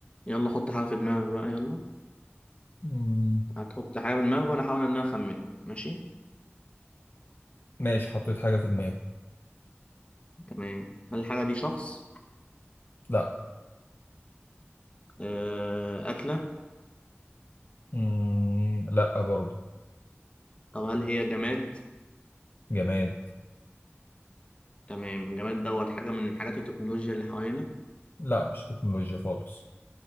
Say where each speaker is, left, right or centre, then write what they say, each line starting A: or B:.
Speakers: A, on the left; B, on the left.
A: يلا حط حاجة في دماغك بقى يلا
B: مم.
A: هتحط حاجة في دماغك وأنا أحاول إن أنا أخمنها ماشي
B: ماشي حطيت حاجة في دماغي
A: تمام هل الحاجة دي شخص؟
B: لا
A: آه أكلة؟
B: مم. لا برضو
A: طب هل هي جماد؟
B: جماد
A: تمام جماد دوت حاجة من حاجات التكنولوجيا اللي حوالينا
B: لا مش تكنولوجيا خالص